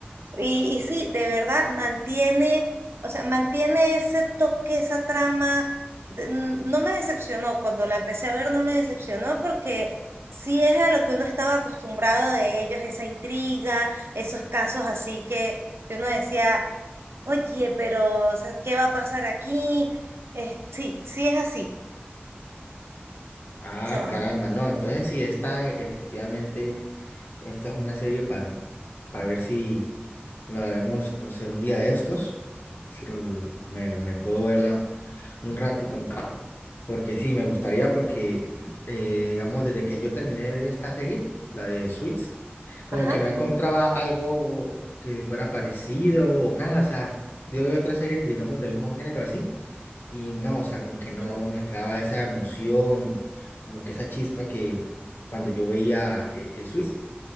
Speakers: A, on the right; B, on the left.
A: y, y sí, de verdad mantiene, o sea, mantiene ese toque, esa trama. De- n- No me decepcionó, cuando la empecé a ver no me decepcionó porque sí es a lo que uno estaba acostumbrado de ellos, esa intriga, esos casos así que, que uno decía, oye, pero, o sea, ¿qué va a pasar aquí? Eh, sí, sí es así.
B: Ah,
A: O sea,
B: caramba. No, entonces sí, esta eh, efectivamente, esta es una serie para, para ver si nos la vemos, no sé, un día de estos. Si l- me, me puedo verla un rato con calma. Porque sí, me gustaría, porque eh, digamos, desde que yo terminé de ver esta serie, la de Suits, como
A: ajá,
B: que no encontraba algo que fuera parecido o nada. O sea, yo veo otras series, digamos, del mismo género así. Y no, o sea, como que no
A: no.
B: me daba esa emoción, como que esa chispa que cuando yo veía eh, eh, Suits.